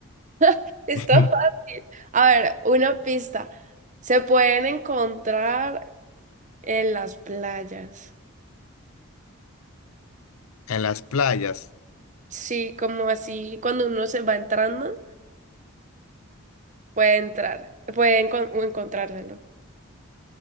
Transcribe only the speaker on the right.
<laughs> Está
fácil. A ver, una pista. Se pueden encontrar en las playas.
Sí, como así, cuando uno se va entrando, puede entrar, puede encon- encontrárselo.